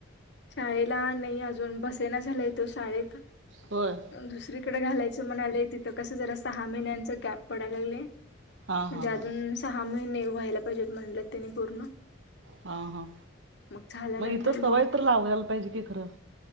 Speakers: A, on the left; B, on the right.
A: शाळेला नाही अजून बसेना झालाय तो शाळेत.
B: होय
A: दुसरीकडे घालायचं म्हणाले तिथं कसं जरा सहा महिन्यांचा गॅप पडायला लागले.
B: हां
A: म्हणजे
B: हां
A: अजून
B: हां
A: सहा महिने व्हायला बजेट म्हलं त्यांनी पूर्ण
B: हां हां
A: मग झाल्यानंतर
B: इथं सवय
A: मग
B: तर लावायला पाहिजे की खरं.